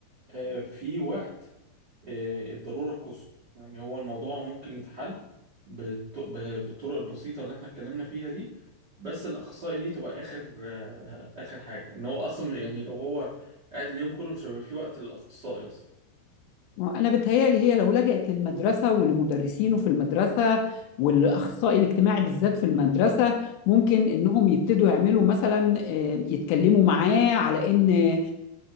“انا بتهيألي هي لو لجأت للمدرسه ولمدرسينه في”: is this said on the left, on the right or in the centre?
Left